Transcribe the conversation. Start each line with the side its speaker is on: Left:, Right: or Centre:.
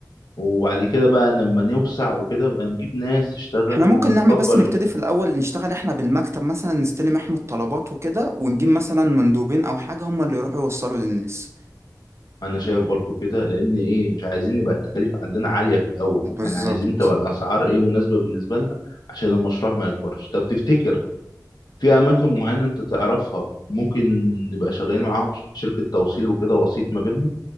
Left: وبعد كده بقى لما نوسع وكده بقى نجيب ناس تشتغل
Right: احنا
Left: ونكبر
Right: ممكن نعمل بس نبتدي
Left: المكان
Right: في الأول نشتغل احنا بالمكتب مثلا نستلم احنا الطلبات وكده ونجيب مثلا مندوبين أو حاجة هم اللي يروحوا يوصلوا للناس
Left: انا شايف برضو كده لان ايه مش عايزين يبقى التكاليف عندنا عاليه في الاول
Right: بالظبط
Left: يعني عايزين تبقى الاسعار ايه مناسبه بالنسبه لنا عشان المشروع ما يكبرش طب تفتكر في اماكن معينه انت تعرفها ممكن نبقى شغالين معاهم ش- شركه توصيل وكده وسيط ما بينهم